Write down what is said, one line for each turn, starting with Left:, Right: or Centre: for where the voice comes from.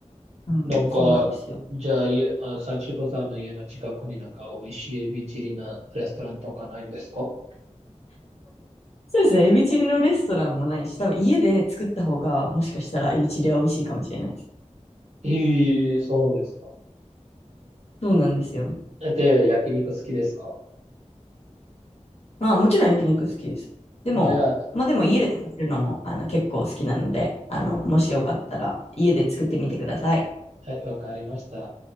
Left: うん。
Right: なんか、
Left: そうなんですよ。
Right: じゃあ、いえあ、幸子さんの家の近くになんか美味しいエビチリなレストランとかないんですか
Left: そうですね。エビチリのレストランもないし、多分家で作った方が、もしかしたらエビチリは美味しいかもしれないです。
Right: ええそうですか。
Left: そうなんですよ。
Right: で、焼肉好きですか
Left: まあ、もちろん焼肉好きです。でも、
Right: じゃあ、
Left: まあでも家で食べるのも、あの、結構好きなので、あの、もしよかったら家で作ってみてください。
Right: はい、わかりました。